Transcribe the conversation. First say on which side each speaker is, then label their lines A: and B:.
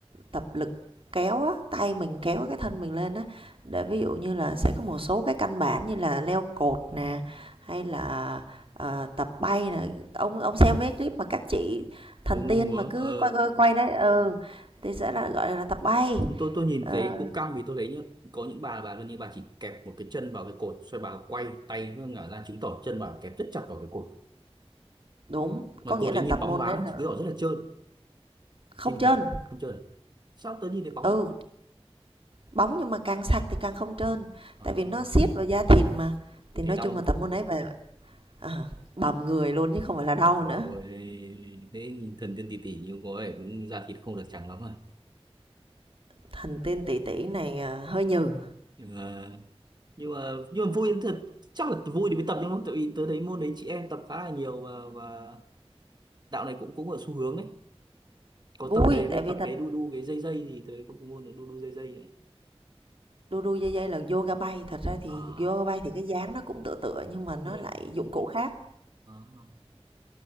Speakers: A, on the right (about 60°); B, on the right (about 45°).
A: tập lực kéo á, tay mình kéo cái thân mình lên á. Để ví dụ như là sẽ có một số cái căn bản như là leo cột nè, hay là, ờ, tập bay nè. Ông ông xem mấy clip mà các chị thần
B: Mua mua
A: tiên
B: múa
A: mà cứ
B: ờ
A: quay quay quay đấy, ừ, thì sẽ là, gọi là, tập bay.
B: tôi, tôi tôi nhìn
A: Ờ,
B: cái cụm căng vì tôi thấy nhá có những bà bà gần như bà chỉ kẹp một cái chân vào cái cột xoay bà quay tay hướng ngả ra chứng tỏ chân bà kẹp rất chặt vào cái cột
A: đúng,
B: mà
A: có nghĩa
B: cột
A: là
B: ấy nhìn
A: tập
B: bóng
A: môn
B: loáng
A: đấy là
B: chứng tỏ rất là trơn
A: không
B: kinh
A: chênh,
B: thật không trơn à? sao tớ nhìn thấy bóng
A: ừ.
B: lắm
A: Bóng nhưng mà càng sạch thì càng không trơn,
B: à
A: tại vì nó siết vào da thịt mà.
B: tôi
A: Thì nói
B: thấy đau
A: chung
B: không
A: là tập môn đấy về ờ, bầm người luôn chứ không phải là
B: Ôi
A: đau
B: trời
A: nữa.
B: ơi thế nhìn thần tiên tỷ tỷ như có vẻ cũng da thịt không được trắng lắm à
A: Thành tên tỷ tỷ này, ờ, hơi nhừ,
B: nhưng mà nhưng mà, nhưng mà vui lắm thật chắc là vui thì mới tập nhưng mà tại vì tớ thấy môn đấy chị em tập khá là nhiều và và đạo này cũng cũng ở xu hướng đấy có
A: vui,
B: tập cái đấy với
A: tại vì
B: tập
A: thật
B: cái đu đu cái dây dây gì tới có môn là đu đu dây dây ấy
A: đu đu dây dây là yoga bay, thật ra thì
B: à
A: yoga bay thì cái dáng nó cũng tựa tựa nhưng mà nó
B: ừ đấy
A: lại dụng cụ khác.
B: à,